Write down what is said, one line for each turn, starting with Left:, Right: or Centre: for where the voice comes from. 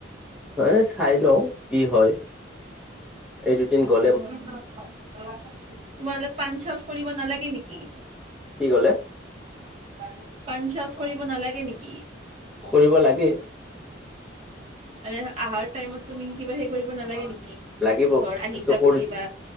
Centre: হ চাই লওঁ কি হয় এই দুদিন গল
Right: তোমালে পান চাউড কৰিব নালাগে নেকি
Centre: কি ক'লে
Right: পান চাউট কৰিব নালাগে নেকি
Centre: কৰিব লাগে
Right: মানে আহাৰ টাইমত তুমি কিবা হেৰি কৰিব নালাগে নেকি
Centre: লাগিব
Right: ধৰ আহিছা
Centre: সেইটো কৰি
Right: বুলি
Centre: দে
Right: বা